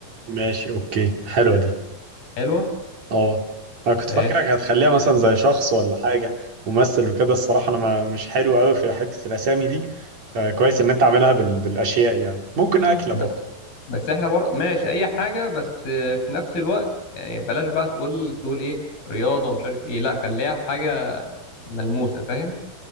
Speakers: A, on the right; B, on the left.
A: ماشي اوكي حلوة دي
B: حلوة
A: اه انا كنت
B: ماشي
A: فاكرك هتخليها مثلا زي شخص ولا حاجة ممثل وكده الصراحة انا ما مش حلو قوي في حتة الاسامي دي فكويس ان انت عاملها بال... بالاشياء يعني ممكن اكلة
B: بس
A: برضه
B: بس إحنا بر... ماشي أي حاجة بس آه، في نفس الوقت يعني بلاش بقى تقول تقول إيه رياضة ومش عارف إيه لا خليها حاجة ملموسة فاهم